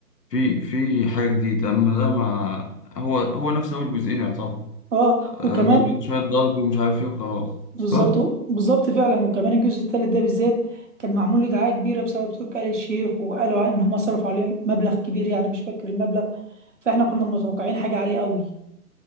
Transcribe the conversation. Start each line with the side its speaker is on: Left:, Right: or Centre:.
Left: في في حاجه جديده اما ده ما هو هو نفس اول جزئين يعتبر
Right: اه
Left: آه،
Right: وكمان
Left: ضربة شويه ضرب ومش عارف ايه وخلاص
Right: بالظبط
Left: صح
Right: بالظبط فعلا وكمان الجزء الثالث ده بالذات كان معمول له دعايه كبيره بسبب تركي آل الشيخ وقالوا عن- ان هم صرفوا عليه مبلغ كبير يعني مش فاكر المبلغ فاحنا كنا متوقعين حاجه عاليه قوي